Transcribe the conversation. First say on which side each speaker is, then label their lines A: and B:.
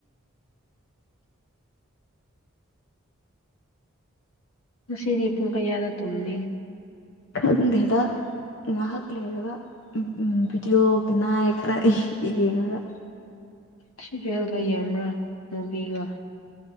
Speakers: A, on the left; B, on the left.
A: ꯉꯁꯤꯗꯤ ꯄꯨꯡ ꯀꯌꯥꯗ ꯇꯨꯝꯅꯤ
B: ꯈꯪꯗꯦꯗ ꯉꯥꯏꯍꯥꯛ ꯂꯩꯔꯒ ꯎ ꯚꯤꯗꯤꯑꯣꯒꯤ ꯅꯥꯏꯑ ꯈꯔ ꯌꯦꯡꯉꯒ
A: ꯁꯤꯔꯦꯜꯒ ꯌꯦꯡꯕ꯭ꯔꯥ ꯃꯨꯚꯤꯒ